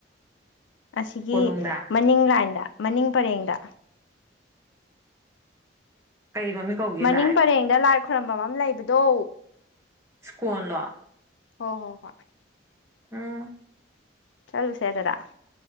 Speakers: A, on the left (about 85°); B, on the right (about 15°).
A: ꯑꯁꯤꯒꯤ
B: ꯀꯣꯅꯨꯡꯗ
A: ꯃꯅꯤꯡ ꯂꯥꯏꯟꯗ ꯃꯅꯤꯡ ꯄꯔꯦꯡꯗ
B: ꯀꯩ ꯃꯃꯤꯡ ꯀꯧꯒꯦ
A: ꯃꯅꯤꯡ
B: ꯂꯥꯏ
A: ꯄꯔꯦꯡꯗ ꯂꯥꯏ ꯈꯣꯏꯔꯝꯕꯝ ꯑꯝ ꯂꯩꯕꯗꯣ
B: ꯁ꯭ꯀꯣꯟ ꯂꯣ
A: ꯍꯣ ꯍꯣ ꯍꯣꯏ
B: ꯎꯝ
A: ꯆꯠꯂꯨꯁꯦ ꯑꯗꯨꯗ